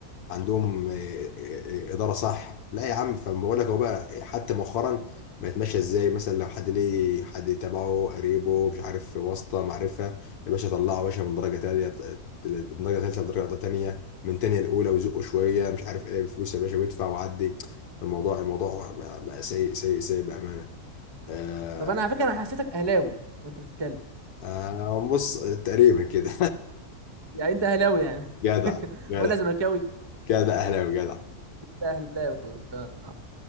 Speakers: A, on the left; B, on the right.
A: عندهم آه، آه، آه، اداره صح لا يا عم فبقول لك هو بقى حتى مؤخرا بقت ماشيه ازاي مثلا لو حد ليه حد تبعه قريبه مش عارف واسطه معرفه يا باشا طلعه يا باشا من درجه تانيه من درجه ثالثه لدرجه تانيه من تانيه الاولى ويزقه شويه مش عارف ايه بفلوس يا باشا ويدفع وعدي الموضوع الموضوع بقى, بقى سيء سيء سيء بامانه آه
B: طب انا على فكره انا حسيتك اهلاوي وانت بتتكلم
A: آه بص تقريبا كده
B: يعني انت اهلاوي يعني
A: <laughs> جدع
B: <laughs>
A: جدع
B: ولا زملكاوي
A: جدع اهلاوي جدع
B: اهلاوي آه.